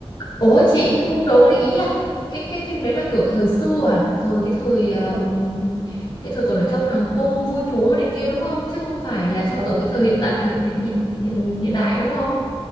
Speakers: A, on the left; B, on the right.
A: ủa chị cung đấu đấy ý là cái cái phim đấy là kiểu thời xưa à, thời cái thời um,
B: đúng rồi
A: cái thời còn ở trong hoàng cung vua chúa này kia đúng không? Chứ không phải là trong
B: ừ
A: ở cái thời hiện đại hiện hiện hiện hiện, hiện đại đúng không?